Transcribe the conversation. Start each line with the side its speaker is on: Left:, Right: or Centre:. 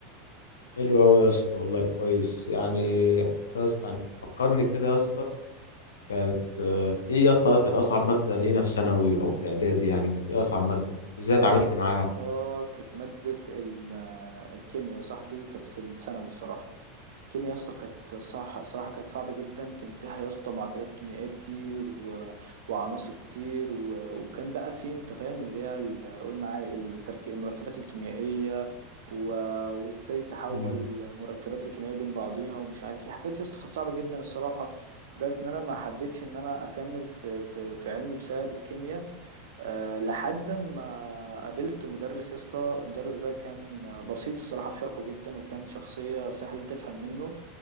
Left: حلوة أوي يا اسطى والله كويس يعني حتى يا اسطى يعني فكرني كده يا اسطى كانت آه، إيه يا اسطى كانت أصعب مادة لينا في ثانوي أو في إعدادي يعني كانت إيه أصعب مادة إزاي
Right: والله
Left: اتعاملت
Right: يا اسطى
Left: معاها
Right: كانت مادة ال- آه، الكيمياء يا صاحبي كانت في الثانوي الصراحة الكيمياء يا اسطى كانت صح صراحة كانت صعبة جدا كان فيها يا اسطى معادلات كيميائية كتير و... وعناصر كتير و... وكان بقى في انت فاهم اللي هي ال- قول معايا التركيب المركبات الكيميائية و... وازاي تحول
Left: حلو
Right: مركبات الكيميائية بين بعضيها ومش عارف ايه حاجات يا اسطى كانت صعبة جدا الصراحة لدرجة ان انا ما حبيتش ان انا اكمل في في, في علمي بسبب الكيمياء أه لحد ما قابلت مدرس يا اسطى المدرس ده كان بسيط الصراحة في شرحه جدا وكان شخصية سهلة تفهم منه